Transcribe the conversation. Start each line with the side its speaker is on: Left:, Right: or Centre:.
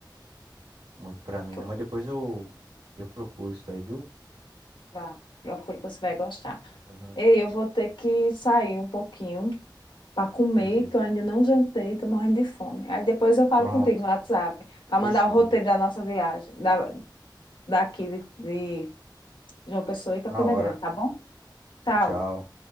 Right: muito pra mim,
Left: Tu-
Right: não. Mas depois eu, eu procuro isso daí, viu?
Left: Vá, procura que você vai gostar.
Right: Aham,
Left: Ei, eu vou ter que sair um pouquinho para comer,
Right: beleza.
Left: que eu ainda não jantei, tô morrendo de fome. Aí depois eu falo
Right: Pronto.
Left: contigo no WhatsApp, para mandar
Right: Fechou.
Left: o roteiro da nossa viagem, da, daqui de, de João Pessoa e Campina
Right: Na hora.
Left: Grande, tá bom?
Right: Tchau,
Left: Tchau.
Right: tchau.